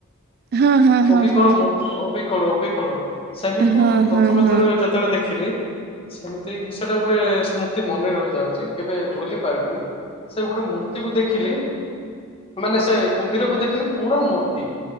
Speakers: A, on the right; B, on the left.
A: ହଁ ହଁ
B: ଅବିକଳ
A: ହଁ
B: ମୂର୍ତ୍ତି। ଅବିକଳ, ଅବିକଳ ସେମିତି
A: ହଁ ହଁ
B: ମୁଁ ପ୍ରଥମେ
A: ହଁ ହଁ
B: ଥର ଯେତେବେଳେ ଦେଖିଲି ସେମିତି ସେଟା ଗୋଟେ ସ୍ମୃତି ମନେ ରହିଯାଉଛି କେବେ ଭୁଲି ପାରିବିନି। ସେ ଗୋଟେ ମୂର୍ତ୍ତିକୁୁ ଦେଖିଲି, ମାନେ ସେ କୁମ୍ଭୀରକୁୁ ଦେଖିଲି ପୁରା ମୂର୍ତ୍ତି।